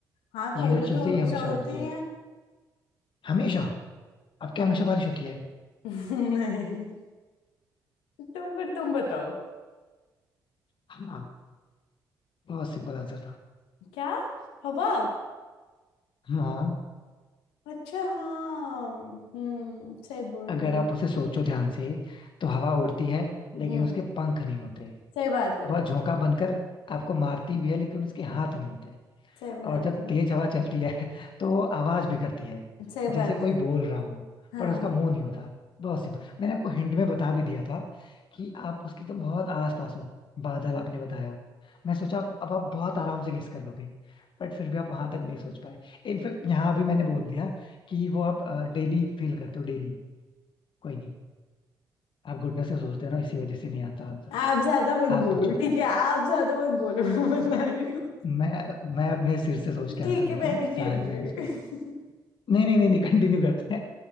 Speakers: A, on the left; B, on the left.
A: हाँ तो
B: ये जो
A: ओले
B: चीज
A: तो हमेशा
B: है ये हमेशा
A: उड़ते
B: उड़ती
A: ही
B: है
A: हैं
B: हमेशा अब क्या
A: हम
B: हमेशा बारिश होती है
A: <laughs> नहीं तो फिर तुम बताओ
B: हाँ बहुत सिंपल आंसर था
A: क्या हवा
B: हाँ
A: अच्छा हाँ हम्म सही बोल
B: अगर
A: रहे हो
B: आप उसे सोचो ध्यान से तो हवा उड़ती है लेकिन
A: हम्म
B: उसके पंख नहीं होते
A: सही बात है
B: वह झोंका बनकर आपको मारती भी है लेकिन उसके हाथ नहीं होते
A: सही बात
B: और जब
A: है
B: तेज हवा चलती है <laughs> तो वो आवाज भी करती है
A: सही
B: जैसे
A: बात
B: कोई
A: है
B: बोल रहा हो
A: हाँ
B: पर उसका मुंह नहीं होता बहुत सिंपल मैंने आपको हिंट में बता भी दिया था कि आप उसके एकदम बहुत आस पास हो बादल आपने बताया मैं सोचा आप अब आप बहुत आराम से गेस कर लोगे बट फिर भी आप वहां तक नहीं सोच पाए इनफैक्ट यहाँ भी मैंने बोल दिया कि वो आप डेली फील करते हो डेली कोई नहीं आप गुडनेस से सोचते हो ना इसी वजह से नहीं आता आंसर
A: आप ज्यादा मत
B: आप
A: बोलो
B: पूछो
A: ठीक है आप ज्यादा मत बोलो <laughs> मैं बता रही हूँ
B: मैं मैं अपने सिर से सोच के
A: ठीक
B: आंसर
A: है
B: देता
A: मैं
B: हूँ
A: नहीं खेल
B: शायद
A: रही
B: मैं इस पर नहीं नहीं नहीं नहीं कंटिन्यू करते हैं